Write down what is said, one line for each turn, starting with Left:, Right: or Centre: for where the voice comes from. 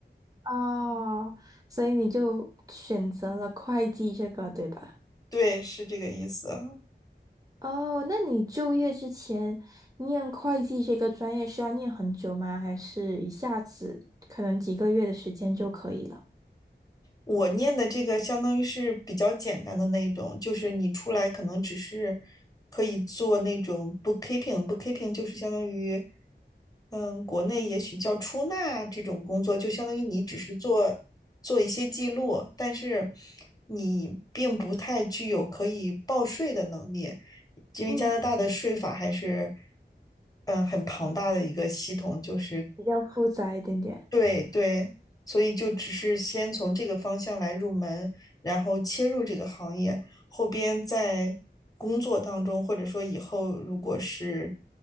Right: 哦，所以你就选择了会计这个，对吧？
Left: <laughs> 对，是这个意思。
Right: 哦，那你就业之前念会计这个专业是要念很久吗？还是一下子可能几个月的时间就可以了？
Left: 我念的这个相当于是比较简单的那一种，就是你出来可能只是可以做那种 bookkeeping，bookkeeping 就是相当于，嗯，国内也许叫出纳这种工作，就相当于你只是做做一些记录，但是你并不太具有可以报税的能力，因为加拿大的税法还是，
Right: 嗯，
Left: 嗯，很庞大的一个系统，就是
Right: 比较复杂一点点，
Left: 对对，所以就只是先从这个方向来入门，然后切入这个行业，后边在工作当中，或者说以后如果是